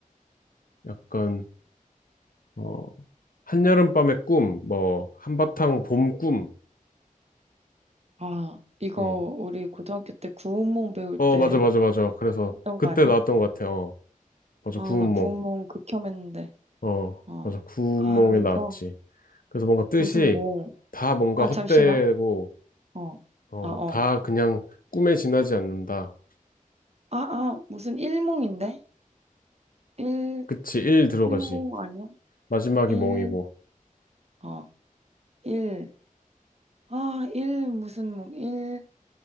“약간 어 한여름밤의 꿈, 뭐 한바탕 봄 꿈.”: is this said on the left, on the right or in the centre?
Left